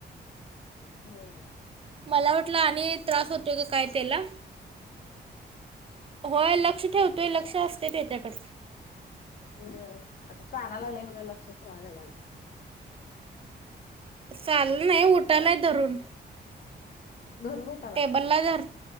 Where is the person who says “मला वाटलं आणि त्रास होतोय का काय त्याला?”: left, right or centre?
Right